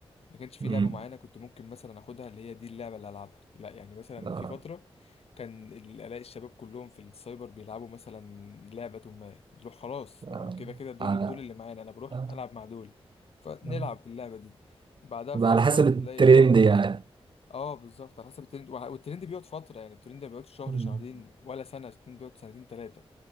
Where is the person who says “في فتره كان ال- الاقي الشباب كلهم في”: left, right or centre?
Left